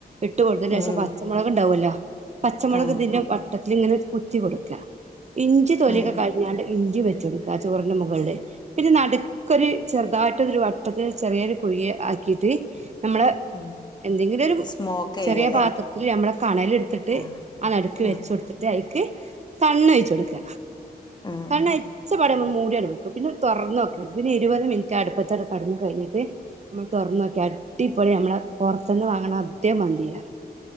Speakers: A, on the right (about 45°); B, on the left (about 25°).
A: ഇട്ട് കൊടുത്തന്
B: ഉം
A: ശേഷം പച്ചമുളക് ണ്ടാവല്ലോ- പച്ചമുളക്തിന്നെ
B: ആഹ്
A: വട്ടത്തി ഇങ്ങനെ കുത്തി കൊടുക്ക ഇഞ്ചി തൊലിയൊക്കെ
B: ആഹ്
A: കളഞ്ഞാണ്ട്. ഇഞ്ചി വെച്ചടുക്കുക ആ ചോറിന്റെ മുകളില് പിന്നെ നടുക്കൊരു ചെറുതായിട്ട് ഒരു വട്ടത്തിന് ചെറിയ -ചെറിയൊരു കുയി ആക്കിട്ട് നമ്മള
B: ആഹ്
A: എന്തെങ്കിലും ഒരു-
B: സ്മോക്ക് ചെയ്യല്ലേ
A: ചെറിയ പാത്രത്തിൽ ഞമ്മളെ കണലെടുത്തിട്ട്
B: ആഹ്
A: അ നടുക്ക് വെച്ച
B: ആഹ്
A: കൊടുത്തിട്ട് അ- തണ്ണഴച്ച കൊടുക്ക
B: ആഹ്
A: തണ്ണഴച്ച പട നൾ മൂടിയടടുക്ക- പിന്നെ തുറന്ന നോക്കി പിന്നെ ഇരുപത് മിനിറ്റ് അടുപ്പത്തെടെ കടന്നു കഴിഞ്ഞിട്ട് നമ്മൾ തുറന്ന നോക്ക- അടിപൊളി നമ്മളെ പുറത്തുന്ന് വാങ്ങണം അതെ മന്തി അയക്കാരം.